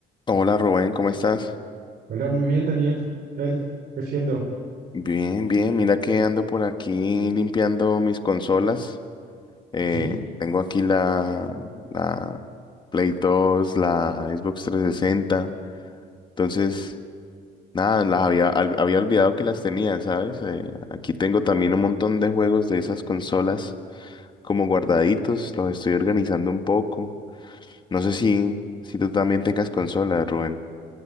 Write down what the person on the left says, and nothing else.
Hola Rubén, ¿cómo estás?
Bien, bien, mira que ando por aquí limpiando mis consolas. Eh,
tengo aquí la, la Play 2, la Xbox 360. Entonces, nada, las había, al- había olvidado que las tenía, ¿sabes? Eh, aquí tengo también un montón de juegos de esas consolas como guardaditos, los estoy organizando un poco. No sé si, si tú también tengas consolas, Rubén.